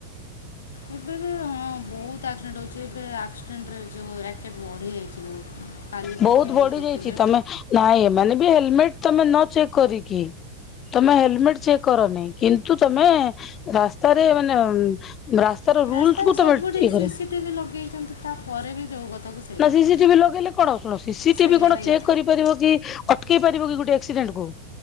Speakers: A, on the left; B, on the left.
A: ଏବେ ବି ହଁ ବହୁତ ଆକ୍ସିଡେଣ୍ଟ ହଉଛି ଏବେ ଆକ୍ଡେଣ୍ଟରେ ଯୋଉେ <unintelligible> ବଢି ଯାଇଚି ବହୁତ। କାଲି ପରଦିନ
B: ବହୁତ ବଢି
A: ନ୍ୟୁଜ୍ ଦେଖୁଥିଲେ
B: ଯାଇଚି ତମେ ନାଇଁ ଏମାନେ ବି ହେଲମେଟ ତମେ ନ ଚେକ୍ କରିକି ତମେ ହେଲମେଟ ଚେକ୍ କରନି କିନ୍ତୁ ତମେ ରାସ୍ତାରେ ମାନେ ରାସ୍ତାର
A: ରାସ୍ତାରେ
B: ରୁଲସ କୁ
A: ସବୁଠି
B: ତମେ ଇଏ କର।
A: ସିସିଟିଭି ଲଗେଇଛନ୍ତି ତାପରେ ବି ଯେଉଁ କଥାକୁ ସେଇ
B: ନା
A: କଥା
B: ସିସି ଟିଭି ଲଗେଇଲେ କଣ ଶୁଣ ସିସି
A: ସେଇଆ
B: ଟିଭି କଣ
A: ହେଲା
B: ଚେକ୍ କରିପାରିବ କି ଅଟକେଇ ପାରିବ କି ଗୋଟେ ଆକ୍ସିଡେଣ୍ଟ କୁ?